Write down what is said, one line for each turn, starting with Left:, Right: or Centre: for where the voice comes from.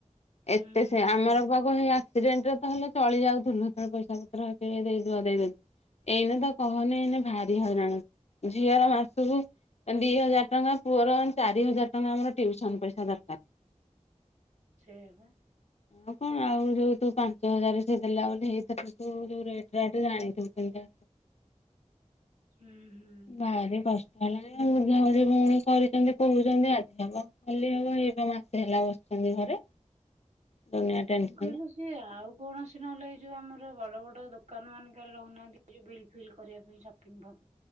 Right: ହୁଁ
Left: ଏତେ ସେ ଆମର ପାଖ ହେଇ ଏକ୍ସିଡେଣ୍ଟରେ ତ ହେଲେ ଚଳି ଯାଉ ଥିଲୁ ସେତେବେଳେ ପଇସା ପତ୍ର ଦେଇଦୁଆ ଦେଇଦଉୁ ଏଇନେ ତ କହନି ଏଇନା ଭାରି ହଇରାଣ ଝିଅର ମାସକୁ ଦି ହଜାର ଟଙ୍କା ପୁଅର ଚାରି ହଜାର ଟଙ୍କା ଆମର ଟିଉସନ ପଇସା ଦରକାର।
Right: ସେଇଆ ପା।
Left: ଆଉ କଣ ଆଉ ଯୋଉ ତୁ ପାଞ୍ଚ ହଜାର ସେ ଦେଲା ବୋଲି ବୋଲିଇ ତୁ ଯୋଉରେଟ ରାଟ ଜାଣିଥିବୁ କେମିତିଆ
Right: ହୁଁ ହୁଁ।
Left: ଭାରି କଷ୍ଟ ହେଲାଣି ବୁଝା ବୁଝି ଭଉଣୀ କରିଛନ୍ତି କହୁଛନ୍ତି ଆଜି ହବ କାଲି ହବ ଏତ ମାସେ ହେଲା ବସିଛନ୍ତି ଘରେ। ଦୁନିଆ ଟେନସନ।
Right: ମୁଁ କହିଲି ସିଏ ଆଉ କୌଣସି ନହଲେ ଏ ଯୋଉ ଆମର ବଡ ବଡ ଦୋକାନ ମାନଙ୍କରେ ରହୁନାହାନ୍ତି ଯଉ ବିଲ୍ ଫିଲ୍ କରିବା ପାଇଁ ସପିଂ ଭ